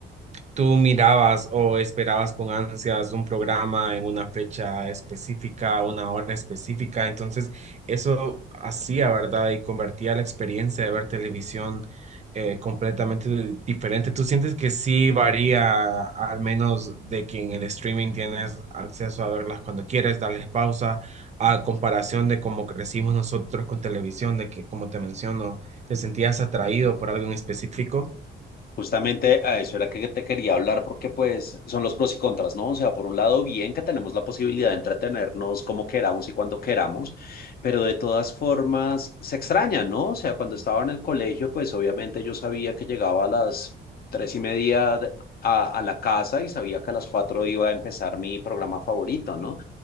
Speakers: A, on the right (about 35°); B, on the left (about 50°).
A: ¿Tú mirabas o esperabas con ansias un programa en una fecha específica, una hora específica? Entonces, eso hacía, ¿verdad? Y convertía la experiencia de ver televisión eh, completamente di- diferente. ¿Tú sientes que sí varía, al menos de que en el streaming tienes acceso a verlas cuando quieres, darles pausa, a comparación de cómo crecimos nosotros con televisión, de que, como te menciono, te sentías atraído por algo en específico?
B: Justamente a eso era que te quería hablar porque pues son los pros y contras, ¿no? O sea, por un lado, bien que tenemos la posibilidad de entretenernos como queramos y cuando queramos, pero de todas formas se extraña, ¿no? O sea, cuando estaba en el colegio, pues obviamente yo sabía que llegaba a las tres y media de- a, a la casa y sabía que a las cuatro iba a empezar mi programa favorito, ¿no?